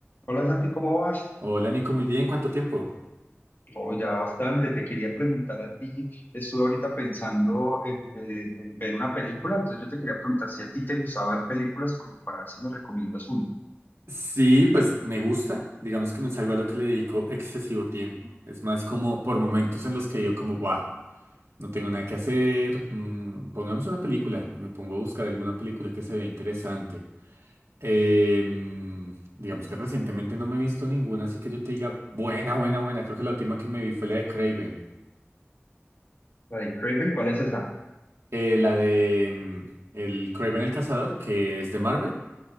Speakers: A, on the left; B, on the right.
A: Hola Santi, ¿cómo vas?
B: Hola Nico, muy bien, ¿cuánto tiempo?
A: Oh, ya bastante. Te quería preguntar a ti. Estuve ahorita pensando en, eh, en ver una película, entonces yo te quería preguntar si a ti te gustaba ver películas como para ver si me recomiendas una.
B: Sí, pues me gusta, digamos que no es algo a lo que le dedico excesivo tiempo, es más como por momentos en los que yo como, buah, no tengo nada que hacer, mm, pongamos una película y me pongo a buscar alguna película que se vea interesante. Em, digamos que recientemente no me he visto ninguna, así que yo te diga, buena, buena, buena, creo que la última que me vi fue la de Craven,
A: La de Craven, ¿cuál es esa?
B: eh, la de mm, el Craven el Cazador, que es de Marvel.